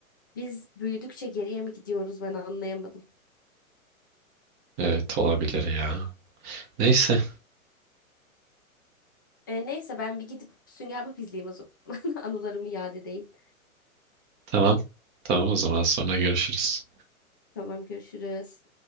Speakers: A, on the left; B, on the right.
A: biz büyüdükçe geriye mi gidiyoruz ben anlayamadım.
B: Evet olabilir ya. Neyse
A: E, neyse ben bir gidip Sünger Bob izleyeyim o zaman. <laughs> Anılarımı yad edeyim.
B: tamam. Tamam o zaman sonra görüşürüz.
A: Tamam görüşürüz.